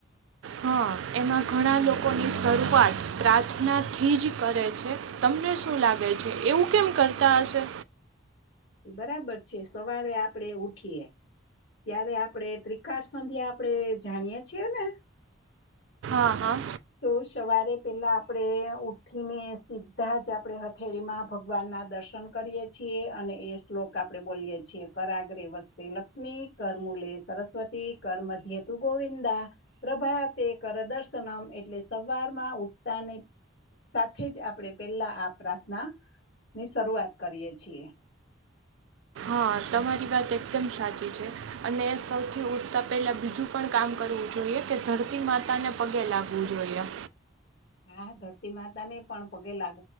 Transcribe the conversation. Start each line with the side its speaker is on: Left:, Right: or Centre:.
Right: હા એમાં ઘણા લોકોની શરૂઆત પ્રાર્થના થી જ કરે છે તમને શું લાગે છે એવું કેમ કરતા હશે
Left: બરાબર છે સવારે આપણેે ઉઠીએ ત્યારે આપણે ત્રિકાળ સંધ્યા આપણેે જાણીય છીએ ને
Right: હા હા
Left: તો સવારે પેલા આપણેે ઉઠીને સીધા જ આપણે હથેળીમાં ભગવાન ના દર્શન કરીય છીએ અને એ શ્લોક આપણે બોલીય છીએ કરાગ્ર વસ્તે લક્ષ્મી કરમૂલે સરસ્વતી કર મધ્યે તુ ગોવિંદા પ્રભા તે કર દર્શનમ એટલે સવારમાં ઉઠતાની સાથે જ આપણે પેલા આ પ્રાર્થના ની શરૂઆત કરીએ છીએ
Right: હા તમારી વાત એકદમ સાચી છે અને સૌથી ઉથતા પહેલાં બીજું પણ કામ કરવું જોઈએ કે ધરતી માતાને પગે લાગવું જોઈએ
Left: હા ધરતી માતા ને પણ પગે લાગ